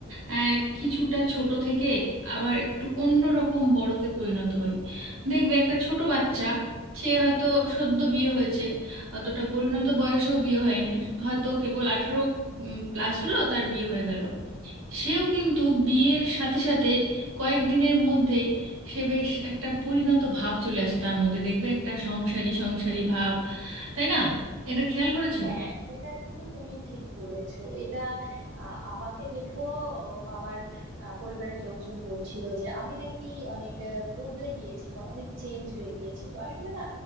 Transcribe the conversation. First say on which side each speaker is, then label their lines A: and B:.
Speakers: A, on the right; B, on the right.
A: আহ, কিছুটা ছোট থেকে আবার একটু অন্য রকম বড়তে পরিণত হই দেখবে একটা ছোট বাচ্চা সে হয়তো সদ্য বিয়ে হয়েছে অতটা পরিণত বয়সেও বিয়ে হয়নি হয়তো কেবল আঠেরো প্লাস হলো তার বিয়ে হয়ে গেল সেও কিন্তু বিয়ের সাথে সাথে কয়েকদিনের মধ্যে সে বেশ একটা পরিণত ভাব চলে আসে তার মধ্যে দেখবে একটা সংসারী সংসারী ভাব তাই না এটা খেয়াল করেছো
B: হ্যাঁ এটা কিন্তু তুমি ঠিক বলেছো এটা আহ, আমাকে দেখেও ও, আমার আহ, পরিবারের লোকজন বলছিল যে আমি নাকি অনেক আহ, বদলে গিয়েছি বা অনেক চেঞ্জ হয়ে গিয়েছি তো আসলে না